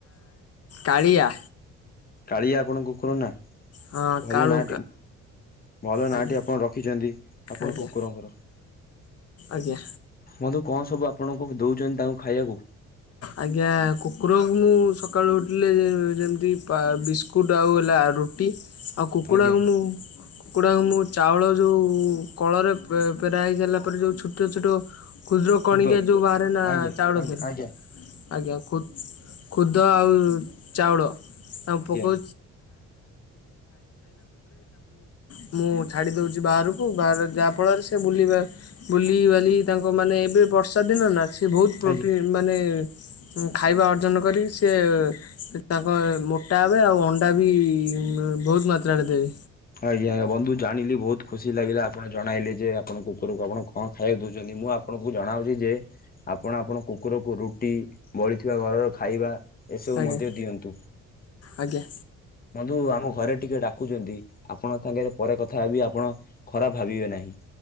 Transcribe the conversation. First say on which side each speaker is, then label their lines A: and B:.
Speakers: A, on the left; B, on the left.
A: କାଳିଆ।
B: କାଳିଆ ଆପଣ କୁକୁର ନାଁ।
A: ହଁ
B: ଭଲ
A: କାଳୁ
B: ନାଁ ଭଲ ନାଁଟି
A: ଆଜ୍ଞା
B: ଆପଣ ରଖିଚନ୍ତି, ଆପଣ
A: ଆଜ୍ଞା
B: କୁକୁର ଙ୍କର।
A: ଆଜ୍ଞା।
B: ବନ୍ଧୁ କ'ଣ ସବୁ ଆପଣଙ୍କୁ ଦଉଚନ୍ତି, ତାଙ୍କୁ ଖାଇ--କୁ?
A: ଆଜ୍ଞା, କୁକୁରକୁ ମୁଁ ସକାଳୁ ଉଠିଲେ। ଯେମ୍ତି ବିସ୍କୁ କୁଟ୍ ଆଉ ହେଲା ରୁଟି, ଆଉ କୁକୁଡ଼ା
B: ଆଜ୍ଞା
A: କୁ ମୁଁ କୁକୁଡ଼ା ମୁଁ ଚାଉଳ ଯଉ କଳରେ----ପେରା ହେଇ ସା--ଲା ପରେ। ଯଉ ଛୁଟ ଛୁଟ ଖୁଦ୍ର କଣିକି
B: ଖୁଦ
A: ଯଉ ବାହାରେ ନା
B: ଆଜ୍ଞା
A: ଚାଉଳ
B: ଆଜ୍ଞା
A: ଦେ-ରୁ,
B: ଆଜ୍ଞା
A: ଆଜ୍ଞା। ଖୁଦ ଆଉ ଚାଉଳ ତାଙ୍କୁ
B: ଆଜ୍ଞା
A: ପକାଉ <inaudible> ମୁଁ ଛାଡ଼ି ଦଉଚି ବାହାରକୁ, ଯାହା ଫଳରେ ସେ ବୁଲିବେ। ବୁଲିି ବାଲି ତାଙ୍କ ମାନେ ଏବେ ବର୍ଷା ଦିନ ନା। ବହୁତ୍
B: ଆଜ୍ଞା।
A: ମାନେ, ଖାଇବା ଅର୍ଜନ କରି। ସିଏ ତାଙ୍କ ମୋଟା ହେବେ, ଆଉ ଅଣ୍ଡା ବି ବହୁତ୍ ମାତ୍ରାରେ ଦେବେ।
B: ଆଜ୍ଞା ବନ୍ଧୁ ଜାଣିଲି, ବହୁତ୍ ଖୁସି ଲାଗିଲା ଆପଣ ଜଣାଇଲେ ଯେ, ଆପଣ କୁକୁରକୁ ଆପଣ କ'ଣ ଖାଇବା ଦଉଚନ୍ତି। ମୁଁ ଆପଣଙ୍କୁ ଜଣାଉଚି ଯେ, ଆପଣ ଆପଣ କୁକୁରକୁ ରୁଟି ବଳିଥିବା ଘରର ଖାଇବା। ଏସବୁ
A: ଆଜ୍ଞା
B: ମଧ୍ୟ ଦିଅନ୍ତୁ,
A: ଆଜ୍ଞା
B: ବନ୍ଧୁ ଆମ ଘରେ ଟିକେ ଡ଼ାକୁଚନ୍ତି। ଆପଣଙ୍କ ଥାଙ୍ଗେରେ ପରେ କଥା ହେବି, ଆପଣ ଖରାପ୍ ଭାବିବେ ନାହିଁ।